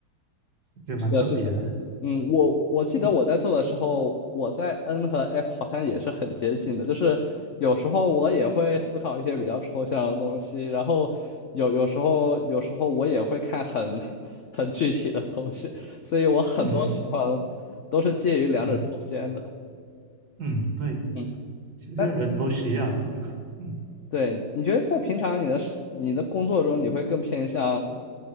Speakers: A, on the right; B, on the left.
A: 也蛮特别的。
B: 是的，是的。嗯，我我记得我在做的时候，
A: 嗯
B: 我在 N 和 F 好像也是很接近的，就是有时候我也会思考一些比较抽象的东西，然后有有时候有时候我也会看很 <laughs> 很具体的东西，所以我很多情况都是介于两者中间的。
A: 嗯嗯嗯，对，
B: 嗯，
A: 其实人都需要，
B: 那
A: 不可嗯，
B: 对，你觉得在平常你的是你的工作中，你会更偏向